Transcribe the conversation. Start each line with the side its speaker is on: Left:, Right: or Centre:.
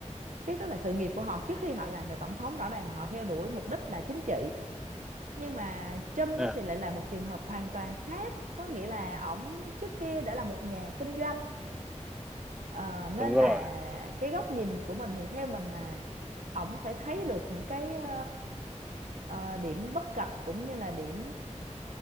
Right: cái tức là sự nghiệp của họ trước khi họ làm về tổng thống rõ ràng là họ theo đuổi mục đích là chính trị nhưng mà Trump
Centre: à,
Right: thì lại là một trường hợp hoàn toàn khác có nghĩa là ổng trước kia đã là một nhà kinh doanh Ờ, nên
Centre: đúng rồi
Right: là cái góc nhìn của mình thì theo mình là ổng phải thấy được những cái ờ, ờ, điểm bất cập cũng như là điểm